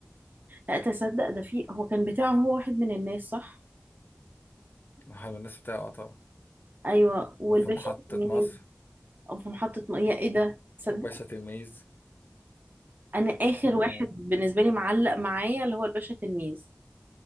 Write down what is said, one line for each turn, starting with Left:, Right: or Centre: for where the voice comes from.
Right: لا تصدق ده فيه هو كان بتاعه هو واحد من الناس صح
Left: حلو الناس بتاعه اه طبعا
Right: ايوه والباشا
Left: وفي محطه
Right: تلميذ
Left: مصر
Right: او في محطه م... يا ايه ده تصدق
Left: وباشا تلميذ
Right: انا اخر
Left: و
Right: واحد بالنسبه لي معلق معايا اللي هو الباشا تلميذ